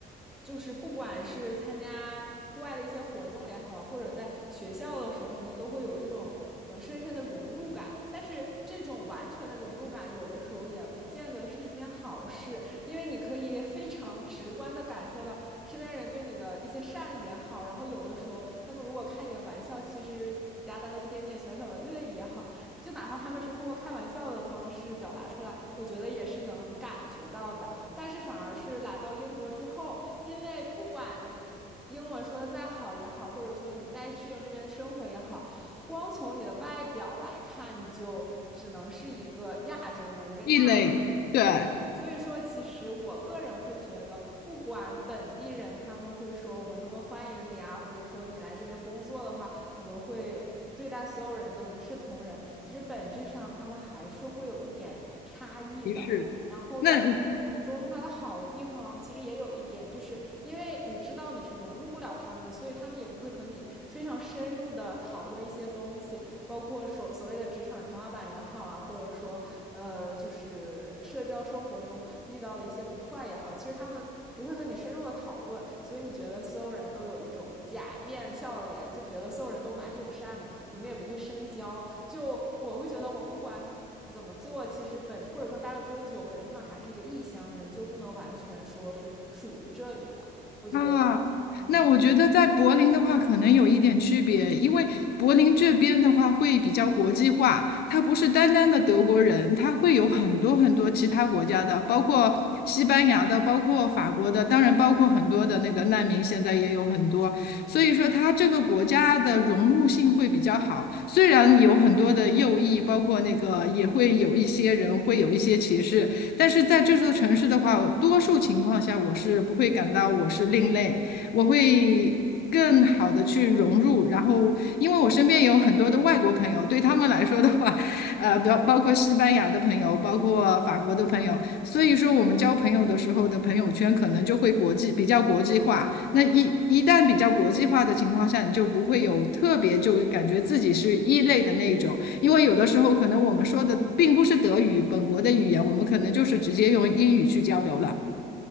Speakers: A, in the centre; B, on the left.
A: 就是不管是参加户外的一些活动也好啊，或者在学校的时候呢，都会有一种嗯、呃深深的融入感。但是这种完全的融入感，有的时候也不见得是一件好事，因为你可以非常直观的感受到身边人对你的一些善意也好，然后有的时候他们如果开你的玩笑，其实夹杂的一点点小小的恶意也好，就哪怕他们是通过开玩笑的方式表达出来，我觉得也是能感觉到的。但是反而是来到英国之后，因为不管你英文说的再好也好，或者说你再适应这边的生活也好，光从你的外表来看，你就只能是一个亚洲人，一个亚
B: 异类，对，
A: 所以说，其实我个人会觉得，不管本地人他们会说我们多么欢迎你啊，或者说你来这边工作的话，我们会对待所有人都一视同仁。其实本质上，他们还是会有一点差异的。
B: 歧是。
A: 然后在这个过程中的话，
B: 那
A: 它好的地方其实也有一点，就是因为你知道你是融入不了他们的，所以他们也不会和你非常深入的讨论一些东西，包括所所谓的职场天花板也好啊，或者说呃，就是社交生活中遇到的一些不快也好，其实他们不会和你深入的讨论，所以你觉得所有人都有一种假面笑脸，就觉得所有人都蛮友善的，你们也不会深交。就我会觉得，我不管。怎么做，其实本或者说待了多久，本质上还是一个异乡人，就不能完全说是属于这里的。我觉得，
B: 啊，
A: 嗯，
B: 那我觉得在柏林的话，可能有一点区别，因为柏林这边的话会比较国际化，它不是单单的德国人，它会有很多很多其他国家的，包括西班牙的，包括法国的，当然包括很多的那个难民，现在也有很多，所以说它这个国家的融入性会比较好。虽然有很多的右翼，包括那个也会有一些人会有一些歧视，但是在这座城市的话，多数情况下我是不会感到我是另类，我会更好的去融入。然后，因为我身边也有很多的外国朋友，对他们来说的话，呃，包包括西班牙的朋友，包括法国的朋友，所以说我们交朋友的时候的朋友圈可能就会国际比较国际化。那一一旦比较国际化的情况下，你就不会有特别就感觉自己是异类的那一种。因为有的时候可能我们说的并不是德语本国的语言，我们可能就是直接用英语去交流了。